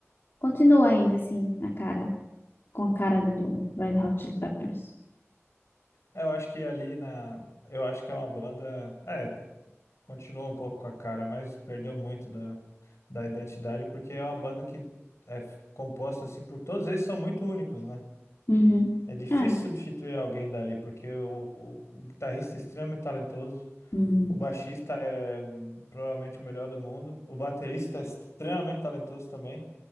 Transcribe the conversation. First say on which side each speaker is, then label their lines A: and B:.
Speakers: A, on the left; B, on the left.
A: continua ainda assim a cara, com a cara do Red Hot Chili Peppers.
B: É, Eu acho que ali na. Eu acho que é uma banda. É, continua um pouco com a cara, mas perdeu muito da, da identidade, porque é uma banda que é f- composta assim por todos eles são muito únicos, né?
A: Uhum.
B: É difícil
A: É.
B: substituir alguém dali, porque o, o o guitarrista é extremamente talentoso.
A: Uhum.
B: O baixista é provavelmente o melhor do mundo. O baterista é extremamente talentoso também.